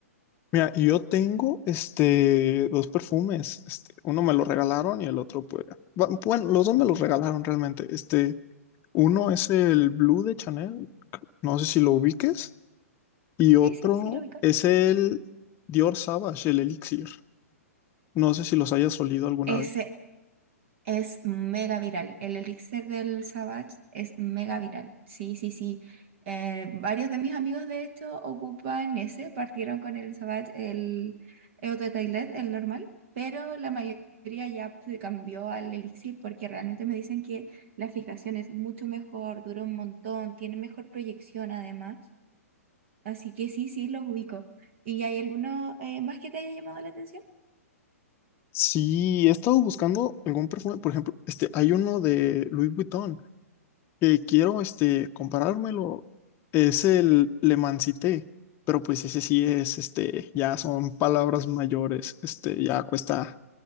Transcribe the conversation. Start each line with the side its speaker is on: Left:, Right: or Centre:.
Left: Mira, y yo tengo este dos perfumes, este, uno me lo regalaron y el otro pues va- bueno, los dos me los regalaron realmente. Este, uno es el Blue de Chanel, no sé si lo ubiques. Y otro
Right: Sí, sí, sí, lo ubico.
Left: es el Dior Sauvage el Elixir. No sé si los hayas olido alguna
Right: Ese,
Left: vez.
Right: Es mega viral. El elixir del Savage es mega viral. Sí, sí, sí. Eh, varios de mis amigos, de hecho, ocupan ese. Partieron con el Savage, el Eau de Toilette, el normal, pero la mayoría ya se cambió al elixir porque realmente me dicen que la fijación es mucho mejor, dura un montón, tiene mejor proyección además. Así que sí, sí, los ubico. ¿Y hay alguno eh, más que te haya llamado la atención?
Left: Sí, he estado buscando algún perfume. Por ejemplo, este, hay uno de Louis Vuitton que quiero este, comparármelo. Es el Le Mancité, pero pues ese sí es, este, ya son palabras mayores, este, ya cuesta